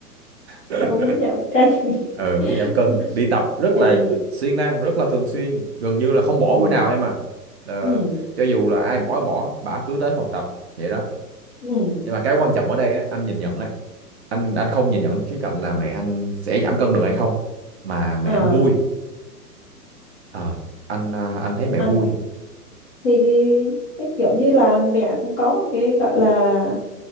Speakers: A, on the right; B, on the left.
A: <laughs>
B: tao muốn nhậu canh
A: ờ
B: <laughs>
A: muốn giảm cân đi tập rất
B: thì
A: là siêng năng rất là thường xuyên gần như là không bỏ
B: ừ
A: bữa nào em à ờ,
B: ừ
A: cho dù là ai bỏ thì bỏ bả cứ tới phòng tập vậy đó
B: ừ
A: nhưng mà cái quan trọng ở đây á, anh nhìn nhận á anh anh không nhìn nhận cái khía cạnh là mẹ anh sẽ giảm cân được hay không mà mẹ
B: à
A: anh vui ờ anh à, anh thấy mẹ
B: anh
A: vui
B: thì, thì cái kiểu như là mẹ cũng có một cái gọi là